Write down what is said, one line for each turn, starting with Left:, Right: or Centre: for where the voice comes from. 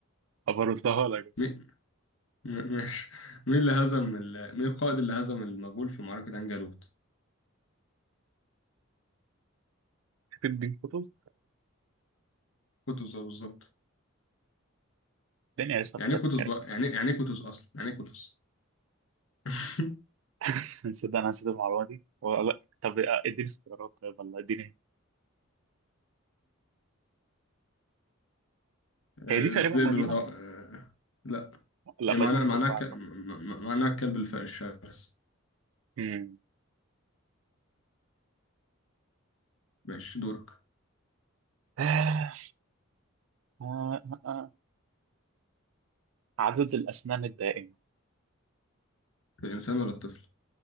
Right: بردها لك بس
Left: مي- م- ماشي مين اللي هزم ال... مين القائد اللي هزم المغول في معركة عين جالوت؟
Right: تديني كتب
Left: كوتوس اه بالظبط
Right: الدنيا هيسخرك
Left: يعني ايه كوتوس
Right: يعني
Left: بقى يعني إيه- يعني ايه كوتوس اصلا يعني ايه كوتوس <laughs>
Right: <laughs> نسيت انا نسيت المعلومه دي ولا طب آه، اديني اختيارات طيب والله اديني
Left: آه،
Right: هي دي
Left: الذئب
Right: تقريبا مدينه
Left: المتوقع لا
Right: لا
Left: هي معناها
Right: مدينه
Left: معناها
Right: اسمها
Left: ك...
Right: طبعا.
Left: م- م- معناها الكلب الف- الشرس
Right: امم
Left: ماشي دورك
Right: آه آه آه. آه. عدد الاسنان الدائمه
Left: الانسان ولا الطفل